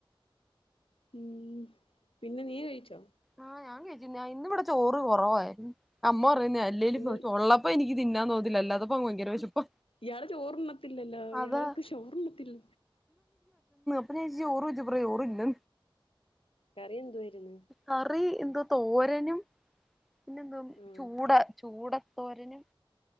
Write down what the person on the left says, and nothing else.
ഉം പിന്നെ നീ കഴിച്ചോ?
പിന്നെ
ഇയാള് ചോറുണ്ണത്തില്ലല്ലോ ഇയാൾക്ക്
ശോറണത്തില്ല
കറി എന്ത്‌വാര്ന്ന്
ആ